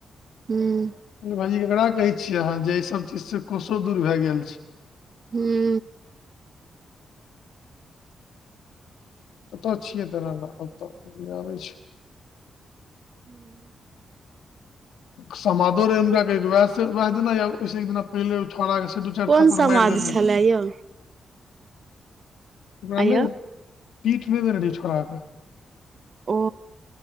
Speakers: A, on the right (about 50°); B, on the left (about 90°).
A: हूं।
B: यौ भाइजी ककरा कहै छियै अहाँ जे एऐ सब चीजसँ कोसो दुर भैय गेल छै।
A: हूं।
B: कतए छियै दराना ओतऽ, हैया आबे छी।
A: हूं।
B: समदो रहै हुनका कहिदेने वैह दिना आव ओइसे एक दिना पहिले ओ छोड़ा के दू चारि
A: कोन
B: थप्पड़
A: समाज
B: मारि देनै
A: छलए
B: रहियै।
A: यौ
B: ओकरा
A: आंय
B: नै
A: यौ
B: पीठ नै करबिहि छोड़ाके
A: ओ